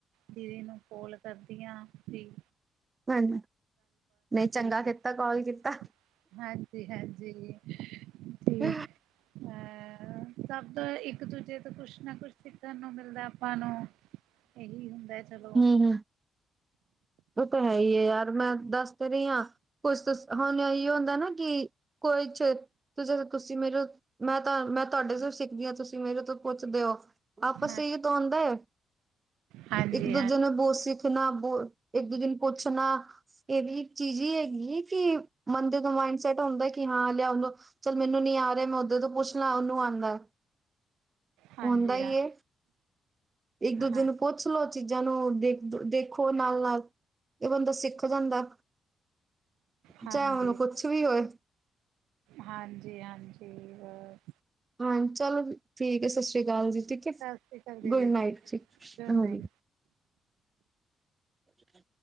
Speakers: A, on the right; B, on the right.
A: ਦੀਦੀ ਨੂੰ ਕੋੋਲ ਸਰਦੀਆਂ ਸੀ।
B: ਹਾਂਜੀ ਨਹੀਂ ਚੰਗਾ
A: ਕਰੀਏ ਚਲੋ
B: ਕੀਤਾ ਕੋਲ ਕੀਤਾ।
A: ਹਾਂਜੀ, ਹਾਂਜੀ। ਤੇ
B: ਹ
A: ਅਹ ਸਭ ਤੋਂ ਇੱਕ ਦੂਜੇ ਤੋਂ ਕੁਛ ਨਾ ਕੁਛ ਸਿੱਖਣ ਨੂੰ ਮਿਲਦਾ। ਆਪਾ ਨੂੰ ਇਹੀ ਹੁੰਦਾ ਹੈ ਚਲੋ।
B: ਹਮ ਉਹ ਤਾਂ ਹੈ ਹੀ ਹੈ ਯਾਰ ਮੈਂ ਦੱਸ ਤੇ ਰਹੀ ਹਾਂ। ਕੁਛ ਦਸ ਹੁਣ ਇਹੀ ਹੁੰਦਾ ਨਾ ਕਿ ਕੋਈ ਚ ਤੇ ਜਦੋਂ ਤੁਸੀਂ ਮੇਰੇ ਮੈਂ ਤਾਂ ਮੈਂ ਤੁਹਾਡੇ ਤੋਂ ਸਿੱਖਦੀ ਹਾਂ ਤੁਸੀਂ ਮੇਰੇ ਤੋਂ ਪੁੱਛਦੇ ਹੋ। ਆਪਸ
A: ਹਾਂ
B: ਚ ਇਹੀ ਤਾਂ ਹੁੰਦਾ ਹੈ
A: ਹਾਂਜੀ
B: ਇੱਕ ਦੂਜੇ
A: ਹਾਂ
B: ਨੂੰ ਬੋਲ ਸਿੱਖ ਨਾ ਬੋ ਇੱਕ ਦੂਜੇ ਨੂੰ ਪੁੱਛਣਾ ਇਹ ਵੀ ਇਕ ਚੀਜ਼ ਹੀ ਹੈ ਨਹੀਂ ਕਿ ਬੰਦੇ ਦਾ ਮਾਇੰਡ ਸੈਟ ਹੁੰਦਾ ਕਿ ਹਾਂ ਲਿਆਉ ਦਿਓ। ਚੱਲ ਮੈਨੂੰ ਨੀ ਆ ਰਿਹਾ ਮੈਂ ਉਦੇ ਤੋਂ ਪੁੱਛ ਲਾਂ ਉਹਨੂੰ ਆਉਂਦਾ।
A: ਹਾਂਜੀ
B: ਹੁੰਦਾ ਹੀ
A: ਹਾਂ
B: ਏ ਇੱਕ ਦੋ
A: ਹਾਂ
B: ਦਿਨ। ਪੁੱਛ ਲਓ ਚੀਜ਼ਾਂ ਨੂੰ ਦੇਖ ਦੇਖੋ ਨਾਲ ਨਾਲ। ਇਹ ਬੰਦਾ ਸਿੱਖ ਜਾਂਦਾ
A: ਹਾਂਜੀ
B: ਚਾਹੇ ਉਹਨੂੰ ਕੁਛ ਵੀ ਹੋਏ।
A: ਹਾਂਜੀ, ਹਾਂਜੀ ਬਸ।
B: ਹਾਂ, ਚਲੋ ਠੀਕ ਹੈ, ਸਤਿ ਸ਼੍ਰੀ ਅਕਾਲ ਜੀ, ਠੀਕ
A: ਸਤਿ
B: ਹੈ,
A: ਸ੍ਰੀ ਅਕਾਲ ਦੀਦੀ
B: ਗੁੱਡ ਨਾਈਟ ਜੀ ਠੀਕ
A: ਗੁਡ
B: ਹਾਂਜੀ।
A: ਨਾਈਟ
B: ਅ